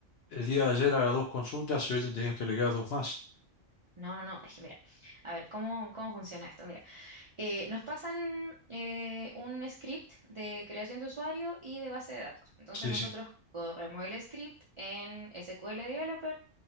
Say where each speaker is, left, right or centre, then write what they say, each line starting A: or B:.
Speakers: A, on the left; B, on the right.
A: el día de ayer haga dos consultas y hoy te tenías que agregar dos más?
B: No, no, no, es que mira, a ver, ¿cómo, cómo funciona esto? Mira, eh, nos pasan eh, un script de creación de usuario y de base de datos. Entonces
A: Sí,
B: nosotros
A: sí,
B: corremos el script en SQL Developer,